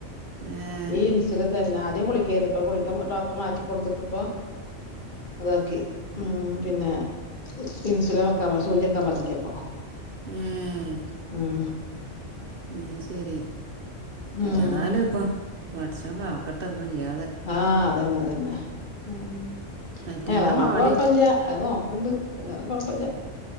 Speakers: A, on the right; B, on the left.
A: ഏഹ്.
B: ഈ ഇൻസുലിൻ തന്നെ ആദ്യം ഗുളികേര്ന്നു ഇപ്പൊ ഗുളിക ഡോക്ടർ മാറ്റി കൊടുത്തിട്ട്പ്പൊ അതാക്കി ഉം പിന്നെ ഇൻസുലൻ വെക്കാൻ സൂചിവെക്കാൻ പർഞ്ഞ്ക്കാപ്പൊ
A: ഏഹ്
B: ഉം
A: <unintelligible> ശരി
B: ഉം
A: ഏതാലുപ്പോ ബാടച്ചോൻ കാക്കട്ടൊന്നുല്ല്യാതെ
B: ആഹ് അതന്നെ അതന്നെ ഉം
A: അയിറ്റങ്ങളെ
B: എളാമാക്ക്
A: പാടേറ്റ്
B: കൊഴ്പ്പല്ല്യാ അത് നോ ക്ക്ണ്ട് അങ്ങനെ കൊഴ്പ്പല്ല്യാ